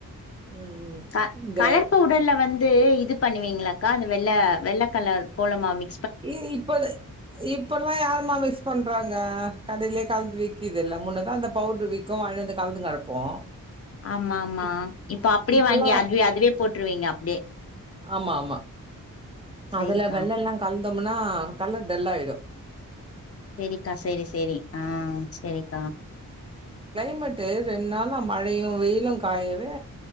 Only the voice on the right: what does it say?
ம்
இந்த
இ இப்ப அத, இப்பல்லா யாரும்மா மிக்ஸ் பண்றாங்க கடைலயே கலந்து விக்கிதுல்ல, முன்னதா அந்த பவுடரு விக்கு வாங்கிட்டுவந்து கலந்துனு கெடப்போ
இப்
இப்பல்லா
ஆமா ஆமா
அதுல வெள்ளல்லா கலந்தோம்னா கலர் டல்லாயிடு.
கிளைமேட்டு ரெண்டு நாளா மழையு வெயிலு காயவே